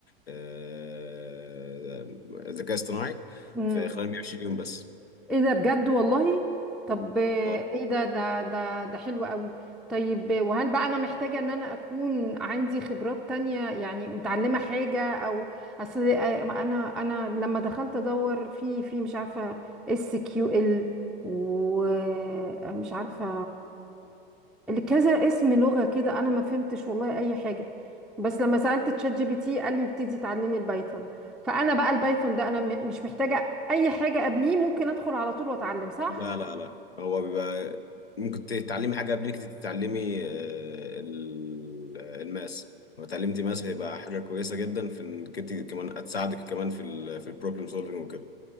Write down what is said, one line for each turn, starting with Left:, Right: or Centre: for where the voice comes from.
Left: آه، ذكاء اصطناعي
Centre: امم
Left: في خلال 120 يوم بس
Centre: ايه ده بجد والله طب آه،
Left: آه.
Centre: ايه ده ده ده ده حلو قوي طيب آه، وهل بقى انا محتاجة ان انا اكون عندي خبرات تانية يعني متعلمة حاجة او اصل آه، انا انا لما دخلت ادور في في مش عارفة اس كيو ال ومش عارفة كذا اسم لغة كده انا ما فهمتش والله اي حاجة بس لما سألت تشات جي بي تي قال لي ابتدي اتعلمي البايثون فأنا بقى البايثون ده أنا م- مش محتاجة أي حاجة قبليه ممكن أدخل على طول وأتعلم صح؟
Left: لا لا لا هو بيبقى ممكن تتعلمي حاجة قبل انك تتعلمي آه، ال- الماس لو اتعلمتي ماس هيبقى حاجة كويسة جدا في انك انت كمان هتساعدك كمان في ال في البروبلم سولفنج وكده